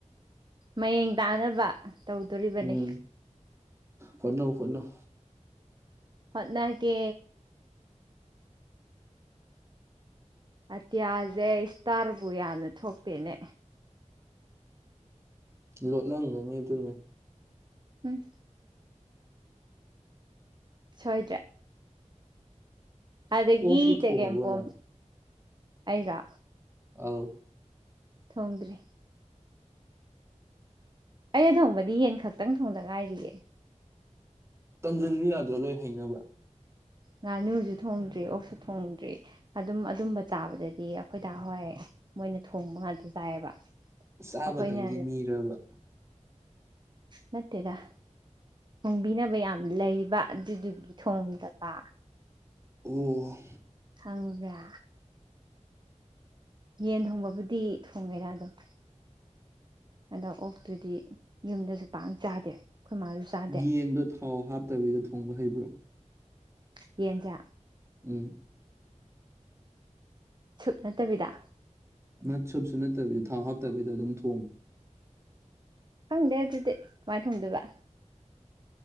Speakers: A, on the right; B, on the right.
A: ꯃꯌꯦꯡ ꯇꯥꯅꯕ ꯇꯧꯗꯣꯔꯤꯕꯅꯤ
B: ꯎꯝ ꯍꯣꯠꯅꯧ ꯍꯣꯠꯅꯧ
A: ꯍꯣꯠꯅꯒꯦ ꯑꯇꯤꯌꯥꯁꯦ ꯏꯁꯇꯥꯔꯕꯨ ꯌꯥꯝꯅ ꯊꯣꯛꯇꯦꯅꯦ
B: ꯂꯣꯠꯂꯝꯒꯅꯤ ꯑꯗꯨꯅ
A: ꯎꯝ ꯁꯣꯏꯗ꯭ꯔꯦ ꯑꯗꯥꯒꯤ
B: ꯑꯣꯛꯇꯤ
A: ꯆꯥꯒꯦꯝꯄꯣꯝ
B: ꯊꯣꯡꯉꯕꯣ ꯅꯪ
A: ꯑꯩꯔꯣ
B: ꯑꯧ
A: ꯊꯣꯡꯗ꯭ꯔꯤ ꯑꯩꯅ ꯊꯣꯡꯕꯗꯤ ꯌꯦꯟ ꯈꯛꯇꯪ ꯊꯣꯡꯗ ꯉꯥꯏꯔꯤꯌꯦ
B: ꯇꯝꯖꯤꯜꯂꯨ ꯌꯥꯗ꯭ꯔꯣ ꯂꯣꯏꯟ ꯍꯩꯅꯅꯕ
A: ꯉꯥꯅꯨꯁꯨ ꯊꯣꯡꯗ꯭ꯔꯤ ꯑꯣꯛꯁꯨ ꯊꯣꯡꯗ꯭ꯔꯤ ꯑꯗꯨꯝ ꯑꯗꯨꯝꯕ ꯆꯥꯕꯗꯗꯤ ꯑꯩꯈꯣꯏ ꯗꯥ ꯍꯣꯏ ꯃꯣꯏꯅ ꯊꯣꯡꯕ ꯉꯥꯛꯇ ꯆꯥꯏꯌꯦꯕ
B: ꯆꯥꯕꯇꯪꯒꯤ
A: ꯑꯩꯈꯣꯏꯅ
B: ꯃꯤꯔꯕ
A: ꯅꯠꯇꯦꯗ ꯊꯣꯡꯕꯤꯅꯕ ꯌꯥꯝ ꯂꯩꯕ ꯑꯗꯨꯗꯨꯒꯤ ꯊꯣꯡꯗꯕ
B: ꯎꯝ
A: ꯈꯪꯕ꯭ꯔꯥ ꯌꯦꯟ ꯊꯣꯡꯕꯕꯨꯗꯤ ꯊꯣꯡꯉꯦꯔꯗ ꯑꯗꯝ ꯑꯗꯣ ꯑꯣꯛꯇꯨꯗꯤ ꯌꯨꯝꯗꯁꯨ ꯄꯥꯛ ꯆꯥꯗꯦ ꯑꯩꯈꯣꯏ ꯃꯥꯁꯨ ꯆꯥꯗꯦ
B: ꯌꯦꯟꯗꯣ ꯊꯥꯎ ꯍꯥꯞꯇꯕꯤꯗ ꯊꯣꯡꯕ ꯍꯩꯕ꯭ꯔꯣ
A: ꯌꯦꯟꯁꯦ
B: ꯎꯝ
A: ꯁꯨꯞ ꯅꯠꯇꯕꯤꯗ
B: ꯅꯠ ꯁꯨꯞꯁꯨ ꯅꯠꯇꯕꯤ ꯊꯥꯎ ꯍꯥꯞꯇꯕꯤꯗ ꯑꯗꯨꯝ ꯊꯣꯡꯕ
A: ꯈꯪꯗꯦ ꯑꯗꯨꯗꯤ ꯀꯃꯥꯏꯟ ꯊꯣꯡꯗꯣꯏꯕ